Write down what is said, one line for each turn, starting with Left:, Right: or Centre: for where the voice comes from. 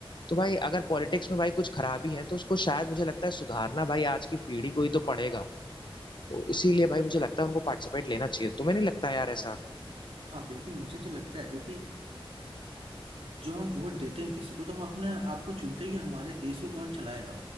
Left: तो भाई अगर पॉलिटिक्स में भाई कुछ खराबी है तो उसको शायद मुझे लगता है सुधारना भाई आज की पीढ़ी को ही तो पड़ेगा तो इसीलिए भाई मुझे लगता है उनको पार्टिसिपेट लेना चाहिए तुम्हें नहीं लगता यार ऐसा
Right: हाँ बिल्कुल मुझे तो लगता है क्योंकि जो हम वोट देते हैं किसी को तो हम अपने आपको चुनते हैं कि हमारे देश को कौन चलाएगा